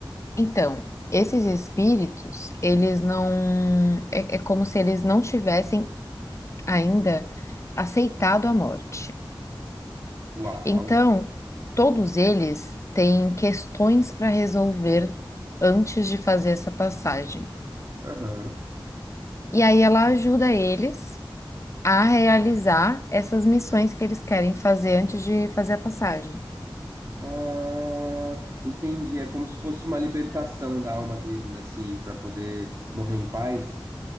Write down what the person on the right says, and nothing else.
Uau!
Aham.
Ah, entendi. É como se fosse uma libertação da alma deles, assim, pra poder morrer em paz.